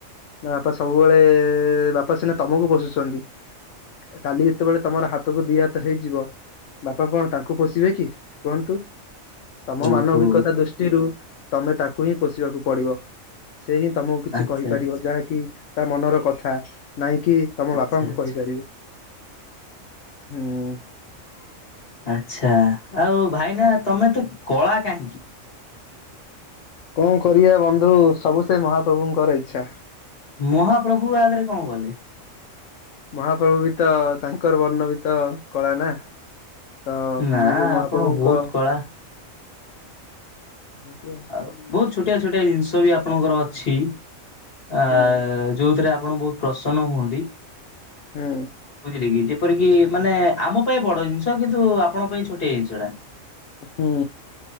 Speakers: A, on the left; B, on the left.
A: ନା ବାପା ସବୁବେଳେ ବାପା ସିନା ତମକୁ ପୋଷୁଛନ୍ତି। କାଲି ଯେତେବେଳେ ତମର ହାତକୁ ଦି ହାତ ହେଇଯିବ ବାପା କଣ ତାଙ୍କୁ ପୋଷିବେ କି କୁହନ୍ତୁ? ତମ
B: ଓହୋ
A: ମାନବିକତା ଦୃଷ୍ଟିରୁ ତମେ ତାକୁ ହିଁ ପୋଷିବାକୁ ପଡିବ। ସେ ହିଁ ତମକୁ କିଛି
B: ଆଚ୍ଛା
A: କହିପାରିବ।
B: ଆଚ୍ଛା।
A: ଯାହାକି ତା ମନର କଥା ନାଇଁ କି ତମ
B: ଆଚ୍ଛା
A: ବାପାଙ୍କୁ
B: ଆଚ୍ଛା
A: କହିପାରିବେ। ହୁଁ।
B: ଆଛା। ଆଉ ଭାଇନା ତମେ ଏତେ କଳା କାହିଁକି?
A: କଣ କରିବା ବନ୍ଧୁ ସବୁ ସେ ମହାପ୍ରଭୁଙ୍କର ଇଚ୍ଛା।
B: ମହାପ୍ରଭୁ ଆ ଦିହ ରେ କଣ କଲେ?
A: ମହାପ୍ରଭୁ ବି ତ ତାଙ୍କର ବର୍ଣ୍ଣ ବି ତ କଳା ନା। ତ
B: ନା
A: ମୁଁ ବି ମହାପ୍ରଭୁଙ୍କ
B: ଆପଣ ବହୁତ କଳା
A: ଦେଖିଆ।
B: ଆଉ ବହୁତ ଛୋଟିଆ ଛୋଟିଆ ଜିନିଷ ବି ଆପଣଙ୍କର ଅଛି। ଆ
A: ହୁଁ
B: ଯୋଉଥିରେ ଆ ଆପଣ ବହୁତ ପ୍ରସନ୍ନ ହୁଅନ୍ତି।
A: ହୁଁ
B: ବୁଝିଲେ କି ଯେ ଏପରିକି ମାନେ ଆମ ପାଇଁ ବଡ ଜିନିଷ କିନ୍ତୁ ଆପଣ ପାଇଁ ଛୋଟିଆ ଜିନିଷ ଟା।
A: ହୁଁ।